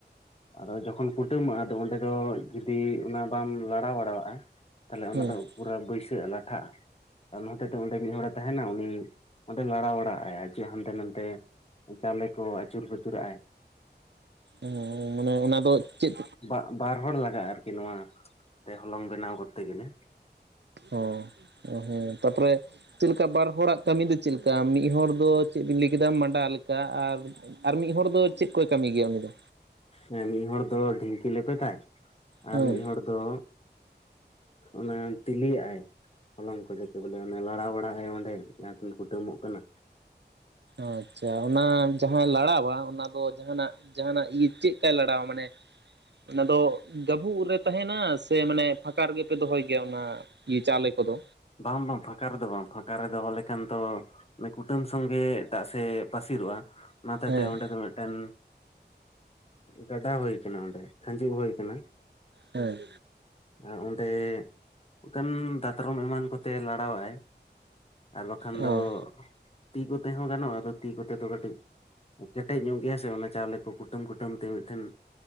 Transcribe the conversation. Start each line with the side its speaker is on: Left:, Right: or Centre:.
Left: ᱟᱫᱚ ᱡᱚᱠᱷᱚᱱ ᱠᱩᱴᱟᱹᱢᱚᱜ-ᱟ ᱛᱚ ᱚᱸᱰᱮ ᱫᱚ ᱡᱩᱫᱤ ᱚᱱᱟ ᱵᱟᱢ ᱞᱟᱲᱟᱣ ᱵᱟᱲᱟᱣᱟᱜ-ᱟ, ᱛᱟᱦᱚᱞᱮ ᱚᱱᱟ
Right: ᱦᱮᱸ
Left: ᱫᱚ ᱯᱩᱨᱟᱹ ᱵᱟᱹᱭᱥᱟᱜ-ᱟ ᱞᱟᱴᱷᱟᱜ-ᱟ᱾ ᱚᱱᱟ ᱦᱚᱛᱮᱛᱮ ᱚᱸᱰᱮ ᱢᱤᱜ ᱦᱚᱲᱮ ᱛᱟᱦᱮᱱᱟ ᱩᱱᱤ, ᱚᱸᱰᱮ ᱞᱟᱲᱟ ᱵᱟᱲᱟᱣᱟᱜ ᱟᱭ ᱟᱨ ᱡᱚ ᱦᱟᱱᱛᱮ ᱱᱟᱛᱮ ᱪᱟᱣᱞᱮ ᱠᱚ ᱟᱹᱪᱩᱨ ᱵᱟᱹᱪᱩᱨ ᱟᱜᱟᱭ᱾
Right: ᱚ ᱢᱟᱱᱮ ᱚᱱᱟ ᱫᱚ ᱪᱮᱫ?
Left: ᱵᱟᱜ ᱵᱟᱨ ᱦᱚᱲ ᱞᱟᱜᱟᱜ-ᱟ ᱟᱨᱠᱤ ᱱᱚᱣᱟ ᱛᱮ ᱦᱚᱞᱚᱝ ᱵᱮᱱᱟᱣ ᱠᱚᱨᱛᱮ ᱜᱮᱞᱮ᱾
Right: ᱚ ᱚ ᱦᱮᱸ ᱛᱟᱨᱯᱚᱨ ᱪᱮᱜ ᱞᱮᱠᱟ ᱵᱟᱨ ᱦᱚᱲᱟᱜ ᱠᱟᱹᱢᱤ ᱫᱚ ᱪᱮᱜ ᱞᱮᱠᱟ ᱢᱤᱝ ᱦᱚᱲ ᱫᱚ ᱪᱮᱝ ᱵᱱᱤ ᱞᱟᱹᱭ ᱠᱮᱫᱟ ᱢᱟᱸᱰᱟ ᱞᱮᱠᱟ ᱟᱨ ᱟᱨ ᱢᱤᱜ ᱦᱚᱲ ᱫᱚ ᱪᱮᱫ ᱠᱚᱭ ᱠᱟᱹᱢᱤ ᱜᱮᱭᱟ ᱩᱱᱤ ᱫᱚ?
Left: ᱦᱮᱸ ᱢᱤᱫ ᱦᱚᱲ ᱫᱚ ᱰᱷᱤᱝᱠᱤ ᱞᱮᱵᱮᱫᱟᱭ, ᱟᱨ
Right: ᱦᱮᱸ
Left: ᱢᱤᱜ ᱦᱚᱲ ᱫᱚ ᱚᱱᱟ ᱛᱤᱞᱤᱭᱟᱜ-ᱟᱭ᱾ ᱦᱚᱞᱚᱝ ᱠᱚ ᱡᱟᱠᱮ ᱵᱚᱞᱮ ᱚᱱᱮ ᱞᱟᱲᱟ ᱵᱟᱲᱟᱣ ᱦᱮ ᱚᱸᱰᱮ ᱡᱟᱦᱟᱸᱴᱤᱱ ᱠᱩᱴᱟᱹᱢᱚᱜ ᱠᱟᱱᱟ᱾
Right: ᱟᱪᱪᱷᱟ ᱚᱱᱟ ᱡᱟᱦᱟᱸ ᱞᱟᱲᱟ ᱵᱟᱲᱟᱜ ᱚᱱᱟ ᱫᱚ ᱪᱮᱜ ᱨᱮᱱᱟᱜ ᱡᱟᱦᱟᱸᱱᱟᱜ ᱤ ᱪᱮᱜᱠᱟᱭ ᱞᱟᱲᱟᱣᱟ ᱢᱟᱱᱮ ᱚᱱᱟ ᱫᱚ ᱜᱟᱹᱵᱩᱜ ᱨᱮ ᱛᱟᱦᱮᱱᱟ ᱥᱮ ᱢᱟᱱᱮ ᱯᱷᱟᱸᱠᱟ ᱨᱮᱜᱮ ᱯᱮ ᱫᱚᱦᱚᱭ ᱜᱮᱭᱟ ᱚᱱᱟ ᱜᱤ ᱪᱟᱣᱞᱮ ᱠᱚᱫᱚ᱾
Left: ᱵᱟᱝ ᱵᱟᱝ ᱯᱷᱟᱸᱠᱟ ᱨᱮᱫᱚ ᱵᱟᱝ ᱯᱷᱟᱸᱠᱟ ᱨᱮ ᱫᱚᱦᱚ ᱞᱮᱠᱷᱟᱱ ᱛᱚ ᱩᱱᱤ ᱠᱩᱴᱟᱹᱢ ᱥᱚᱸᱜᱮ ᱮᱴᱟᱜ ᱥᱮᱜ ᱮ ᱯᱟᱹᱥᱤᱨᱚᱜ-ᱟ, ᱚᱱᱟ ᱦᱚᱛᱮᱛᱮ
Right: ᱦᱮᱸ
Left: ᱚᱸᱰᱮ ᱫᱚ ᱢᱤᱫᱴᱮᱱ ᱜᱟᱰᱟ ᱦᱩᱭ ᱠᱟᱱᱟ ᱚᱸᱰᱮ ᱠᱷᱟᱸᱡᱩᱜ ᱦᱩᱭ ᱠᱟᱱᱟ᱾
Right: ᱦᱮᱸ᱾
Left: ᱟᱨ ᱚᱸᱰᱮ ᱚᱱᱠᱟᱱ ᱫᱟᱛᱨᱚᱢ ᱮᱢᱟᱱ ᱠᱚᱛᱮ ᱞᱟᱲᱟᱣᱟᱭ, ᱟᱨ ᱵᱟᱠᱷᱟᱱ
Right: ᱚ
Left: ᱫᱚ ᱛᱤ ᱠᱚᱛᱮ ᱦᱚᱸ ᱜᱟᱱᱚᱜ-ᱟ ᱟᱫᱚ ᱛᱤ ᱠᱚᱛᱮ ᱫᱚ ᱠᱟᱹᱴᱤᱡ ᱠᱮᱴᱮᱡ ᱧᱚᱜ ᱜᱮᱭᱟ ᱥᱮ ᱚᱱᱟ ᱪᱟᱣᱞᱮ ᱠᱚ ᱠᱩᱴᱟᱹᱢ ᱠᱩᱴᱟᱹᱢ ᱛᱮ ᱢᱤᱫᱴᱷᱮᱱ